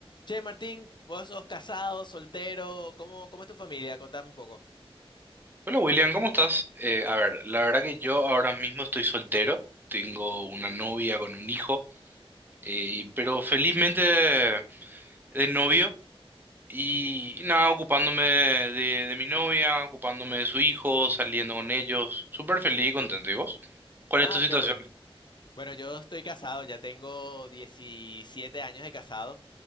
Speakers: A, on the left; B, on the right.
A: Che, Martín, vos sos casado, soltero, ¿cómo, cómo es tu familia? Contame un poco.
B: Hola William, ¿cómo estás? Eh, a ver, la verdad que yo ahora mismo estoy soltero, tengo una novia con un hijo, eh, y- pero felizmente de novio y, y nada, ocupándome de, de mi novia, ocupándome de su hijo, saliendo con ellos, súper feliz y contento. ¿Y vos? ¿Cuál
A: Ah,
B: es tu situación?
A: qué bueno. Bueno, yo estoy casado, ya tengo 17 años de casado,